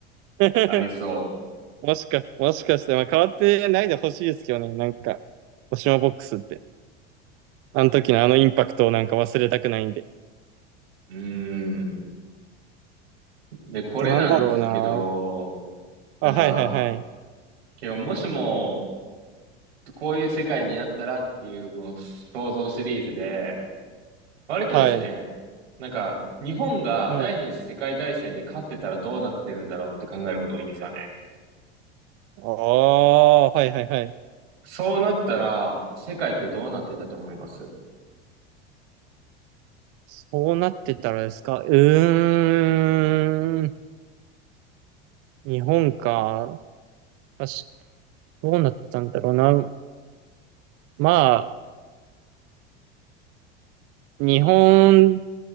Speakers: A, on the right (about 45°); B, on the right (about 85°).
A: <laughs>
B: <laughs> ありそ
A: もしか、もしかして、まあ、変わってないでほしいですけどね、なんか、もしもボックスって。あの時のあのインパクトをなんか忘れたくないんで。
B: う。うーん。で、
A: あと、
B: これなんですけど、
A: なんだろうな。あ、
B: なんか、
A: はいはいはい。
B: 今日もしも、こういう世界になったらっていう、この想像シリーズで、割とですね、
A: はい。
B: なんか、日本が第二次世界大戦で勝ってたらどうなってるんだろうって考えること多いんですよね。
A: はい。ああ、はいはいはい。
B: そうなったら、世界ってどうなってたと思います
A: そうなってたらですか。うーん。日本か。あし、どうなってたんだろうな。まあ、日本、